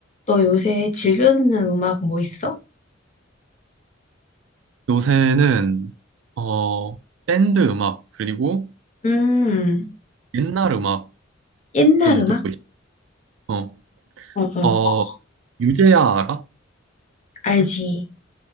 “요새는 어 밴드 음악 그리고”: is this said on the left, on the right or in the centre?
Right